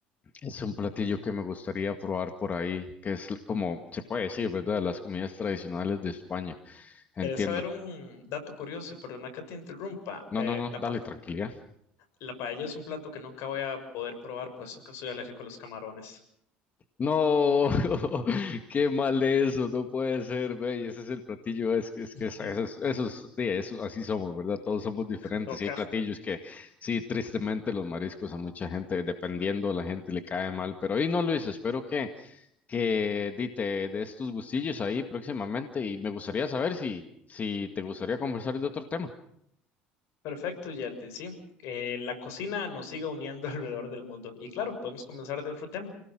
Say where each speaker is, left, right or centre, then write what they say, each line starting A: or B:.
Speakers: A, on the left; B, on the left.
A: es un platillo que me gustaría probar por ahí, que es como se puede decir, ¿verdad? Las comidas tradicionales de España. Entiendo.
B: ¿Querés saber un dato curioso? Y perdona que te interrumpa.
A: No,
B: Eh,
A: no, no,
B: la,
A: dale,
B: pa-
A: tranquilidad.
B: la paella es un plato que nunca voy a poder probar, puesto que soy alérgico a los camarones.
A: No, <laughs> qué mal eso, no puede ser, ve, y ese es el platillo, es que es
B: <laughs>
A: que es- esos, es, eso sí, eso- así somos, ¿verdad? Todos somos diferentes,
B: Toca.
A: y hay platillos que sí, tristemente los mariscos a mucha gente, dependiendo, la gente le cae mal, pero ahí no, Luis, espero que, que di, te des tus gustillos ahí próximamente, y me gustaría saber si, si te gustaría conversar de otro tema.
B: Perfecto, Yerdy, sí. Eh, la cocina nos sigue uniendo <laughs> alrededor del mundo. Y claro, podemos comenzar de otro tema.